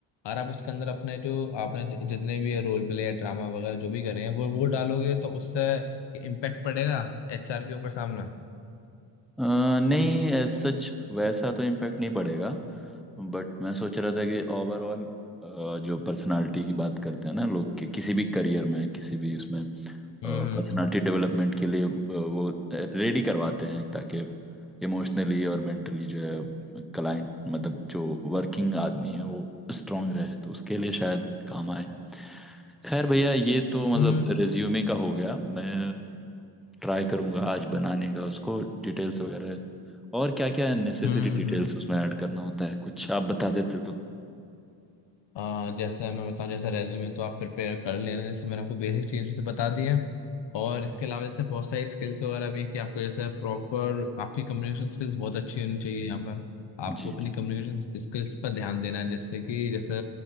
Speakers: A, on the left (about 60°); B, in the centre.
A: और आप उसके अंदर अपने जो आपने जि- जितने भी रोल प्ले या ड्रामा वगैरह जो भी करे हैं वो वो डालोगे तो उससे इम्पेक्ट पड़ेगा एचआर के ऊपर सामना
B: अ, नहीं एज सच वैसा तो इम्पैक्ट नहीं पड़ेगा बट मैं सोच रहा था कि ओवरऑल जो पर्सनालिटी की बात करते हैं ना लोग के किसी भी करियर में किसी भी उसमें
A: हम्म
B: पर्सनालिटी
A: हम्म
B: डेवलपमेंट के लिए अ, वो रेडी करवाते हैं ताकि इमोशनली और मेंटली जो है क्लाइंट मतलब जो वर्किंग आदमी है वो स्ट्रांग रहे तो उसके लिए शायद काम आए खैर भैया ये तो मतलब
A: हम्म
B: रिज्यूमे का हो गया मैं ट्राई करूंगा आज बनाने का उसको डिटेल्स वगैरह और क्या क्या नेसेसरी
A: हम्म हम्म,
B: डिटेल्स
A: हम्म।
B: उसमें ऐड करना होता है कुछ आप बता देते तो
A: अ, जैसे मैं बताऊं जैसे रेज्यूमे तो आप प्रिपेयर कर लेना जैसे मैंने आपको बेसिक चीज़ें तो बता दी हैं और इसके अलावा जैसे बहुत सारी स्किल्स वगैरह भी हैं कि आपको जैसे प्रॉपर आपकी कम्युनिकेशन स्किल्स बहुत अच्छी होनी चाहिए यहाँ पर आपको
B: जी
A: अपनी कम्युनिकेशन स्किल्स पर ध्यान देना है जैसे कि जैसे